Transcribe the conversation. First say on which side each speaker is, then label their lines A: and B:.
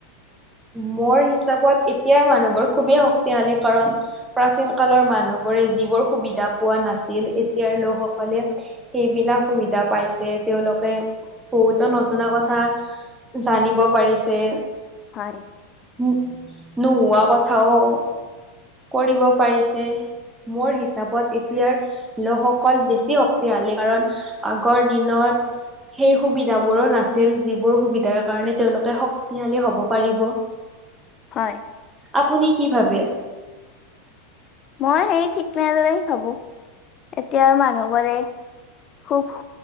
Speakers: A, on the right; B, on the left.
A: মোৰ হিচাপত এতিয়াৰ মানুহবোৰ খুবেই শক্তিশালী, কাৰণ - প্ৰাচীন কালৰ মানুহবোৰে যিবোৰ সুবিধা পোৱা নাছিল এতিয়াৰ লোকসকলে - সেইবিলাক সুবিধা পাইছে তেওঁলোকে বহুতো নজনা কথা - জানিব পাৰিছে -
B: হয়।
A: উম, নোহোৱা কথাও - কৰিব পাৰিছে, মোৰ হিচাপত এতিয়াৰ - লোকসকল বেছি শক্তিশালী, কাৰণ আগৰ দিনত - সেই সুবিধাবোৰো নাছিল যিবোৰ সুবিধাৰ কাৰণে তেওঁওলোকে শক্তিশালী হ'ব পাৰিব -
B: হয়।
A: আপুনি কি ভাবে?
B: মই সেই ঠিক তেনেদৰেই ভাবো, এতিয়াৰ মানুহবোৰে খুব -